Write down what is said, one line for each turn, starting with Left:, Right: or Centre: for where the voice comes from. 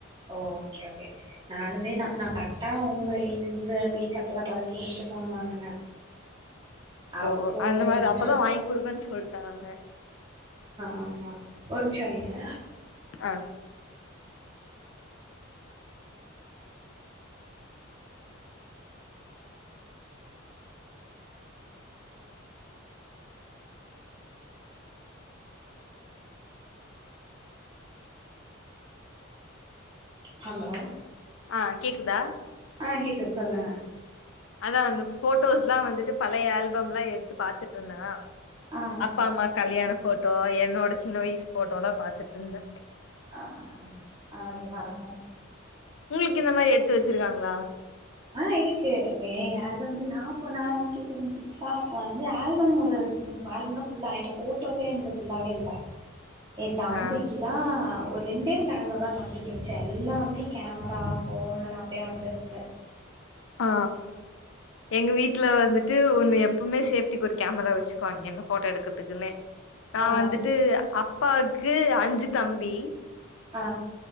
Right: ஓ ஓகே ஓகே நானுமே நா நா கரெக்டா உங்க ஏஜ் உங்க ஏஜ் அப்பதா டுவெல்த் முடிச்சுட்டு போன் வாங்குனே அப்போல
Left: ஓ அந்த மாரி
Right: இருந்து
Left: அப்பதா வாங்கி குடுப்பேன்னு சொல்ட்டாங்க
Right: ஆமா ஒரு நிமிஷோ இருங்க
Left: அ
Right: ஹலோ
Left: ஆ கேக்குதா
Right: ஆ கேக்குது சொல்லுங்க
Left: அதா அந்த போட்டோஸ்லா வந்துட்டு பழைய ஆல்பம்லா எடுத்து பாத்துட் இருந்தேனா
Right: ஆ
Left: அப்பா அம்மா கல்யாண போட்டோ என்னோட சின்ன வயசு போட்டோலா பாத்துட் இருந்தே
Right: ஆ ச் அழகா இருக்கு
Left: உங்ளுக்கு இந்த மாரி எடுத்து வச்சிருக்காங்ளா
Right: ஆ இருக்கு ஏ ஆல்பம் வந் நா இப்ப நா வந்துட்டு டூ தெளசண்ட் சிக்ஸகா அப்ப வந்து ஆல்பம் ஒரு து எனக் ஆல்பம் தா ஃபுல்லா என்ட்ட போட்டோஸே என்து ஃபுல்லாவே இல்ல எ தம்பிக்கு
Left: ஆ
Right: தா ஒரு ரெண்டே ரெண்டு ஆல்பந்தா தம்பிக்கு மிச்ச எல்லாமே கேமரா போனு நா நெறய வந்துருச்சு
Left: ஆ எங்க வீட்ல வந்துட்டு ஒன்னு எப் போமே சேஃப்டிக்கு ஒரு கேமரா வச்சுக்குவாங்க என்ன போட்டோ எடுக்குறதுக்குன்னே நா
Right: ஆ
Left: வந்துட்டு அப் அப்பாக்கு அஞ்சு தம்பி
Right: ஆ